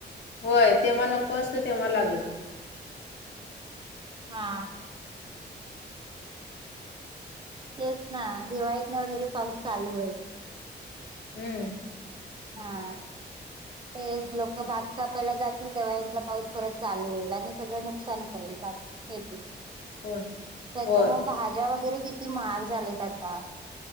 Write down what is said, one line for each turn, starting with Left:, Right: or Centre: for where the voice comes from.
Left: होय तेव्हा नको असतो तेव्हा लागेल
Right: हा तेच ना दिवाळीत ना वगैरे पाऊस चालू होईल
Left: हम्म
Right: हा ते लोक भात कापायला जातील तेव्हा यांचा पाऊस परत चालू होईल आणि सगळं नुकसान करेल भात. ती त्याच्यामु
Left: होय होय
Right: भाज्या वगैरे किती महाग झालेत आता